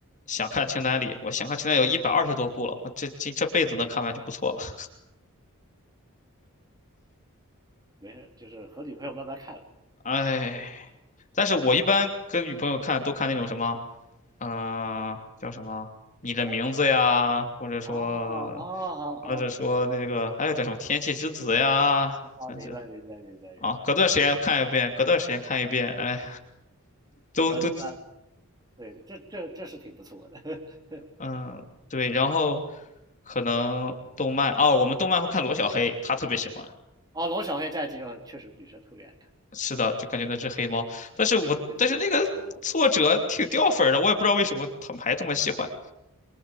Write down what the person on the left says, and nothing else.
想看清单里。我想看清单有一百二十多部了，我这今这辈子能看完就不错了。<laughs>
哎，但是我一般跟女朋友看都看那种什么，嗯、叫什么《你的名字》呀，
或者说，
或者说那个还有叫什么《天气之子》呀，
真是
啊，隔段时间看一遍，隔段时间看一遍，哎，都都
嗯、对，然后可能动漫哦，我们动漫会看罗小黑，他特别喜欢。
是的，就感觉那只黑猫。但是我但是那个作者挺掉粉儿的，
我也不知道为什么他们还这么喜欢